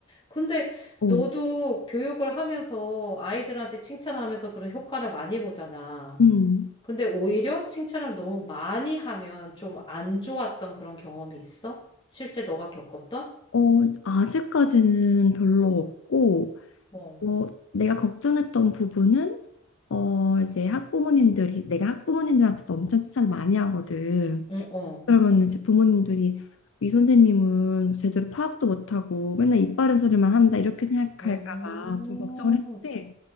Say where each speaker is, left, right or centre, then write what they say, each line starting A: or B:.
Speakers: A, on the left; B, on the left.
A: 근데
B: 어,
A: 너도 교육을 하면서 아이들한테 칭찬하면서 그런 효과를 많이 보잖아.
B: 음.
A: 근데 오히려 칭찬을 너무 많이 하면 좀 안 좋았던 그런 경험이 있어? 실제 너가 겪었던?
B: 어, 아직까지는 별로 없고,
A: 어,
B: 어, 내가 걱정했던 부분은 어 이제 학부모님들이 내가 학부모님들한테도 엄청 칭찬을 많이 하거든.
A: 응, 어,
B: 그러면 이제 부모님들이 이 선생님은 제대로 파악도 못하고 맨날 입 바른 소리만 한다 이렇게 생각할까
A: 어,
B: 봐 좀 걱정을 했는데